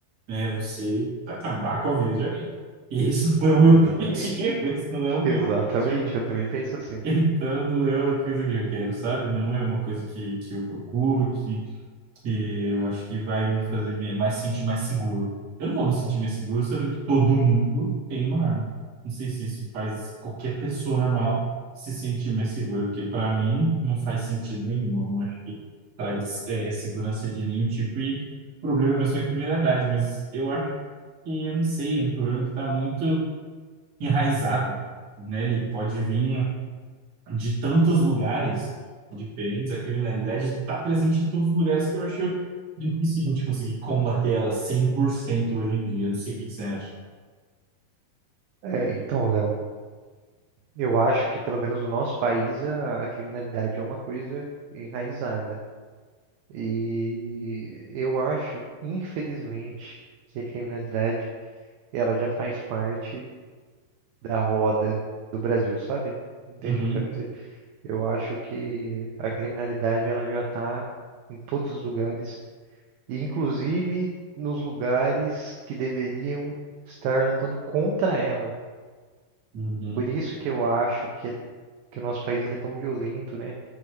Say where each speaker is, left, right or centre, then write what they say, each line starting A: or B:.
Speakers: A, on the right; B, on the right.
A: né? Você acabar com a vida de alguém. E isso não é o meu
B: Exatamente.
A: <laughs> objetivo, isso não é
B: <laughs>
A: o
B: Exatamente,
A: meu objetivo.
B: eu também penso assim.
A: Então, não é uma coisa que eu quero, sabe? Não é uma coisa que, que eu procuro, que, que eu acho que vai me fazer me- mais sentir mais seguro. Eu não vou me sentir mais seguro sabendo que todo mundo tem uma arma. Não sei se isso faz qualquer pessoa normal se sentir mais segura, porque para mim não faz sentido nenhum. Eu não acho que traz eh, segurança de nenhum tipo e o problema mesmo é a criminalidade, mas eu acho que eu não sei, é um problema que está muito enraizado, né? Ele pode vir de tantos lugares diferentes, a criminalidade está presente em todos os lugares que eu acho difícil a gente conseguir combater ela 100% hoje em dia. Não sei o que que você acha.
B: É, então, Léo, eu acho que pelo menos no nosso país a, a criminalidade é uma coisa enraizada. E eu acho, infelizmente, que a criminalidade ela já faz parte da roda do Brasil, sabe? Entende
A: Uhum,
B: o que eu quero dizer? Eu acho que a criminalidade ela já está em todos os lugares E, inclusive nos lugares que deveriam estar lutando contra ela.
A: uhum,
B: Por isso que eu acho que, é- que o nosso país ele é tão violento, né?